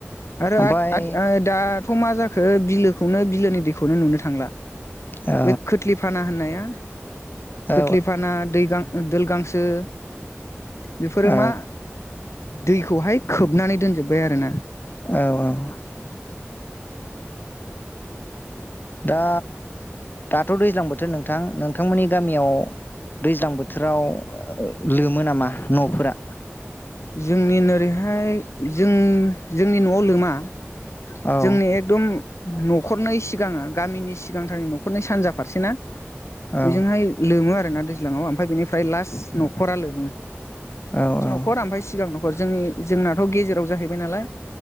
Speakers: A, on the left; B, on the left.
A: आरो
B: ओमफ्राय
A: आथ आथ ओ दाथ मा जाखो बिलोखौनो बिलोनि दै खौनो नुनो थांला।
B: ओ
A: बे खोथलि फाना होननाया
B: औ
A: खोथलिफाना दै गां दोल गांसो बेफोरो
B: औ
A: मा दैखौहाय खोबनानै दोनजोब्बाय आरो ना।
B: औ औ दा दाथ दैज्लां बोथोर नोंथां नोंथांमोननि गामियाव दैज्लां बोथोराव लोमो नामा न'फोरा?
A: जोंनि नोरैहाय जों जोंनि नआव लोमा
B: औ
A: जोंनि एकदम न'खरनै सिगाङा गामिनि सिगांथारनि न'खरनै सानजा फारसे ना?
B: औ
A: बेजोंहाय लोमो आरोना दै ज्लाङाव ओमफ्राय बेनिफ्राय लास्ट नखरा लोमो।
B: औ औ
A: खर आमफाय सिगां न जोंनि जोंनाथ गेजेराव जाहैबाय नालाय